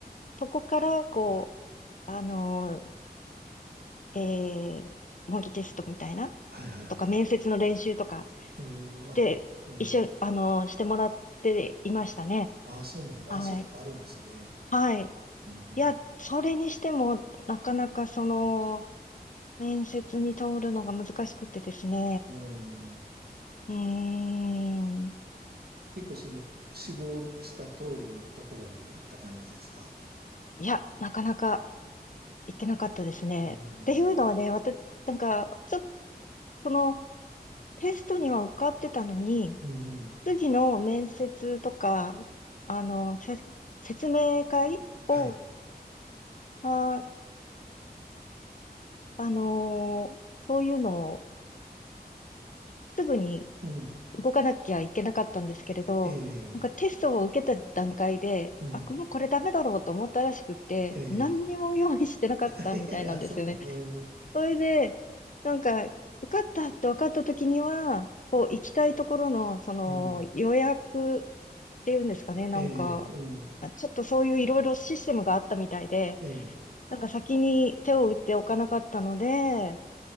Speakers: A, on the left; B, on the right.
A: そこから、こう、あのー、えー、模擬テストみたいな、
B: はいはいはいはい。
A: とか、面接の練習とか、
B: えー、あ、
A: で、
B: おー。
A: 一緒に、あのーしてもらっていましたね。
B: あ、そうなんだ。
A: はい。
B: あ、そういうのがあるんですね。
A: はい。
B: なるほど。
A: いや、それにしても、なかなかその、面接に通るのが難しくてですね。
B: うん。
A: うーん。
B: 結構その志望した通りのところに行った感じですか
A: いや、なかなか、いけなかったですね。
B: うん。
A: っていうのはね、私、なんか、ちょっとそのテストには受かってたのに、
B: うんうん。
A: 次の面接とか、あの、せ説明会を、
B: はい。
A: あ、あのーそういうのをすぐに
B: うん。
A: 動かなきゃいけなかったんですけれど、
B: ええ
A: なんかテストを受けた段階で、
B: うん。
A: あ、もうこれダメだろうと思ったらしくって、
B: ええ
A: 何にも用意してなかったみたいなんですよね。
B: <laughs> あ、そうなんだ。うん。
A: それで、なんか、受かったって分かった時には、こう、行きたいところの、その、
B: うん
A: 予約っていうんですかね、なんか、
B: ええうん。
A: あちょっとそういういろいろシステムがあったみたいで、
B: ええ
A: なんか先に手を打っておかなかったので、ん